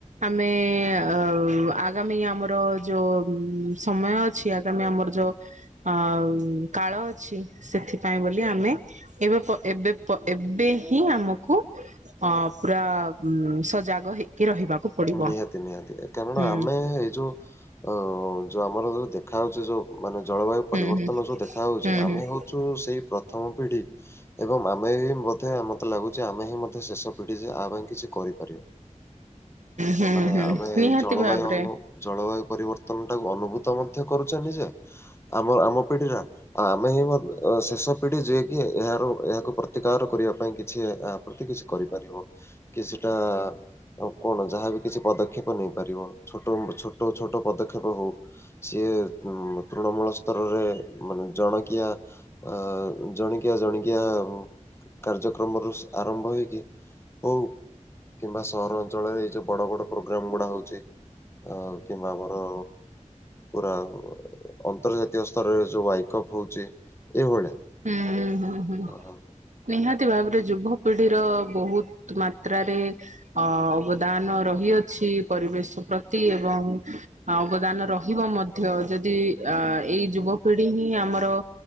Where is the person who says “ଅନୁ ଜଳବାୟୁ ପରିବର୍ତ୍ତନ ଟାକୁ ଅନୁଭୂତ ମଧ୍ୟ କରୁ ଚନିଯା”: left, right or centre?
Left